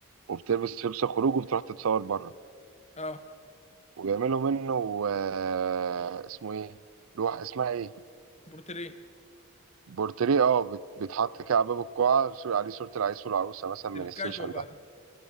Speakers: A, on the right (about 70°); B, on the left (about 30°).
A: وبتلبس لبس الخروج وبتروح تتصور بره
B: اه
A: وبيعملوا منه آه، اسمه ايه لوح اسمها ايه
B: بورتريه
A: البورتريه اه بت- بيتحط كده على باب القاعه بيصير عليه صوره العريس والعروسه مثلا من
B: ده بالكاجوال
A: السيشن
B: بقى
A: ده
B: ده